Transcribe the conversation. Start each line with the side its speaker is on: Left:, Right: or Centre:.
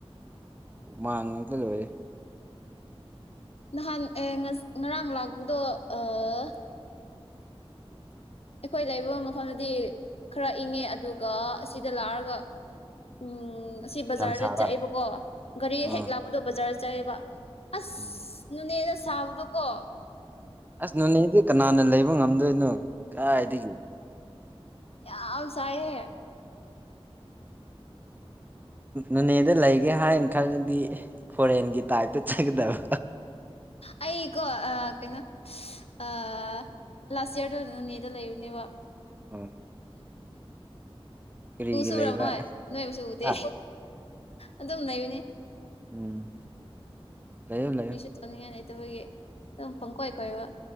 Right: ꯍꯨꯃꯡ ꯃꯥꯡꯉꯛꯇ ꯂꯣꯏꯔꯦ
Left: ꯅꯍꯥꯟ ꯑꯦ ꯉꯔꯥꯡ ꯂꯥꯛꯄꯗꯣ ꯑ- ꯑꯩꯈꯣꯏ ꯂꯩꯕ ꯃꯐꯝꯗꯗꯤ ꯈꯔ ꯏꯪꯉꯦ ꯑꯗꯨꯒ ꯑꯁꯤꯗ ꯂꯥꯛꯑꯒ ꯎꯝ ꯑꯁꯤ ꯕꯖꯥꯔꯗ
Right: ꯌꯥꯝ ꯁꯥꯕ
Left: ꯆꯛꯑꯦꯕꯀꯣ ꯒꯥꯔꯤ
Right: ꯑꯥ
Left: ꯍꯦꯛ ꯂꯥꯛꯄꯗꯣ ꯕꯖꯥꯔ ꯆꯌꯦꯕ ꯑꯁ
Right: ꯎꯝ
Left: ꯅꯣꯅꯦꯗ ꯁꯥꯕꯗꯣ ꯀꯣ
Right: ꯑꯁ ꯅꯣꯅꯦꯗꯤ ꯀꯅꯥꯅ ꯂꯩꯕ ꯉꯝꯗꯣꯏꯅꯣ ꯀꯔꯥꯏꯗꯒꯤ
Left: ꯌꯥꯝ ꯁꯥꯏꯍꯦ
Right: ꯅꯣꯅꯦꯗ ꯂꯩꯒꯦ ꯍꯥꯏꯅ ꯈꯜꯂꯗꯤ ꯐꯣꯔꯦꯟꯒꯤ ꯇꯥꯏꯞꯇ ꯆꯠꯀꯗꯕ
Left: ꯑꯩꯀꯣ ꯑ ꯀꯩꯅꯣ ꯑ ꯂꯥꯁ ꯑꯤꯌꯥꯔꯗꯣ ꯑꯗꯨꯗ ꯅꯣꯅꯦꯗ ꯂꯩꯔꯨꯅꯦꯕ
Right: ꯎꯝ ꯀꯔꯤꯒꯤ
Left: ꯑꯨꯁꯨ ꯑꯨꯔꯝꯃꯣꯏ
Right: ꯂꯩꯕ
Left: ꯅꯣꯏꯕꯨꯁꯨ ꯎꯗꯦ
Right: ꯍꯥ
Left: ꯑꯗꯨꯝ ꯂꯩꯕꯅꯤ
Right: ꯎꯝ ꯂꯩꯌꯣ ꯂꯩꯌꯣ
Left: ꯆꯠꯅꯤꯡꯉꯥꯏ ꯂꯩꯇꯕꯒꯤ ꯑꯗꯨꯝ ꯄꯪ ꯀꯣꯏ ꯀꯣꯏꯕ